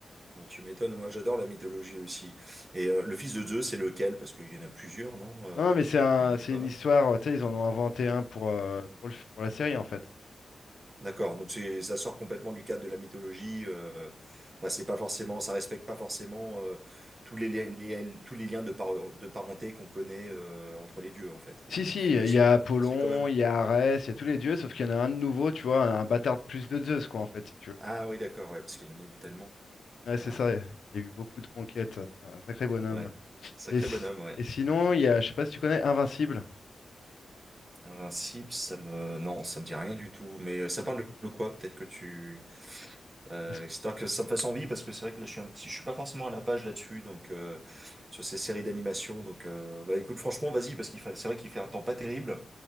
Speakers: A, on the right; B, on the left.
A: Ouais, tu m'étonnes, moi j'adore la mythologie aussi. Et euh, le fils de Zeus c'est lequel? Parce qu'il y en a plusieurs, non? Euh,
B: Non, mais c'est
A: enfin,
B: un,
A: il y en
B: c'est
A: a pas
B: une
A: mal.
B: histoire. euh, Tu sais, ils en ont inventé un pour euh, pour le- pour la série en fait.
A: D'accord, donc c'est ça sort complètement du cadre de la mythologie. euh, enfin, c'est pas forcément, ça respecte pas forcément euh, tous les, li- les- tous les liens de, par- de parenté qu'on connaît euh, entre les dieux en fait, ou
B: Si,
A: les
B: si,
A: filiations.
B: il y a Apollon,
A: Si quand même.
B: il y a Arès, il y a tous les dieux, sauf qu'il y en a un de nouveau, tu vois, un bâtard de plus de Zeus, quoi, en fait, si tu veux.
A: Ah oui, d'accord, ouais, parce qu'il en a eu tellement.
B: Ouais, c'est
A: Ouais,
B: ça, il a eu beaucoup de conquêtes, ça, c'est un sacré bonhomme.
A: ouais. Sacré
B: Et, si-
A: bonhomme, ouais.
B: et sinon, il y a, je sais pas si tu connais Invincible.
A: Invincible, ça me... Non, ça me dit rien du tout. Mais euh, ça parle de de quoi? Peut-être que tu... Euh,
B: Parce que-
A: histoire que ça me fasse envie, parce que c'est vrai que là, je suis un petit... Je suis pas forcément à la page là-dessus, donc... euh, sur ces séries d'animation. Donc, euh, bah, écoute, franchement, vas-y, parce qu'il fait... c'est vrai qu'il fait un temps pas terrible.